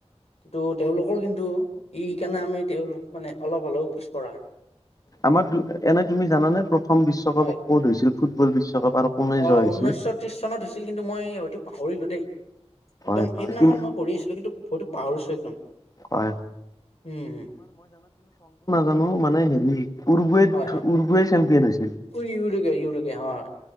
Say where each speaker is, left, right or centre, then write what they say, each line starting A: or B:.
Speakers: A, on the left; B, on the left.
A: কিন্তু তেওঁলোকৰ কিন্তু ই সেই কাৰণে আমি তেওঁ মানে অলপ হলেও পিছ পৰা হয়।
B: আমাৰ এনেই তুমি জানানে প্ৰথম বিশ্বকাপ
A: হয়
B: ক'ত হৈছিল ফুটবল বিশ্বকাপ আৰু কোনে
A: অ
B: জয়
A: ঊনৈছশ
B: হৈছিল।
A: ত্ৰিশ চনত হৈছিল কিন্তু মই হয়তো পাহৰিলো দেই। একদম
B: হয়
A: সেইদিনাখন
B: হয় কি
A: মই কৰি আছিলো কিন্তু হয়তো পাহৰিছো একদম
B: হয়
A: হম হ
B: জানো মানে হেৰি উৰুগুৱেত
A: হয় হয়
B: উৰুগুৱে চেম্পিয়ন হৈছিল।
A: উ ইউৰুোগে ইউৰুোগে হয়